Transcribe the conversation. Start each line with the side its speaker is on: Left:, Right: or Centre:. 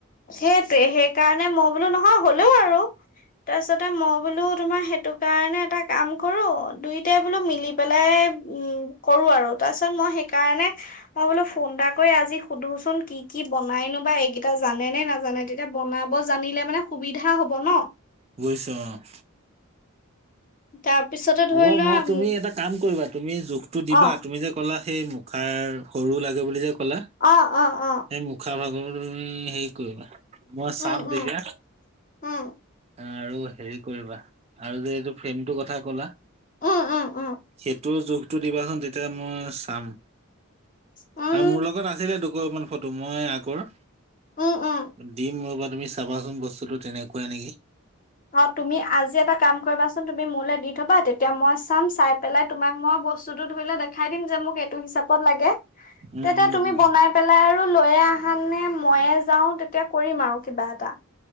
Left: সেইটোৱে। সেইকাৰণে মই বোলো নহয় হলেও আৰু তাৰপিছতে মই বোলো তোমাৰ সেইটো কাৰণে এটা কাম কৰো দুইটাই বোলো মিলি পেলাই উম তাৰ কৰো আৰু, তাৰ পিছত মই সেইকাৰণে মই বোলো ফোন এটা কৰি আজি সুধোচোন কি কি বনাইনো এইকেইটা জানে নে নাজানে? তেতিয়া বনাব জানিলে মানে সুবিধা হ'ব ন?
Right: বুজিছো অ'।
Left: তাৰপিছতে ধৰি
Right: হ'ব
Left: লোৱা
Right: মই তুমি
Left: উম
Right: এটা কাম কৰিবা, তুমি জোখটো দিবা
Left: অ
Right: তুমি যে ক'লা সেই মুখাৰ সৰু লাগে বুলি যে ক'লা।
Left: অ অ অ
Right: সেই মুখা ভাগ তোৰ এই হেৰি কৰিবা। মই চাম
Left: উম
Right: তেতিয়া
Left: উম উম
Right: আৰু হেৰি কৰিবা, আৰু যে এইটো ফ্ৰেমটো কথা কলা
Left: উম উম উম
Right: সেই তোৰ জোখটো দিবাচোন তেতিয়া মই চাম।
Left: উম
Right: আৰু মোৰ লগত আছিলে আ <unintelligible> ফটো মই আগৰ
Left: উম উম
Right: দিম <unintelligible> তুমি চাবাচোন বস্তুটো তেনেকুৱাই নেকি।
Left: অ', তুমি আজি এটা কাম কৰিবাচোন তুমি মোলৈ দি থবা তেতিয়া মই চাম চাই পেলাই তোমাক মই বস্তুটো ধৰিলে দেখা খাইদিম যে মোক এইটো হিচাপত লগে,
Right: উম,
Left: তেতিয়া
Right: উম,
Left: তুমি
Right: উম,
Left: বনাই পেলায় আৰু লৈয়ে আহা নে ময়ে যাও তেতিয়া কৰিম আৰু কিবা এটা।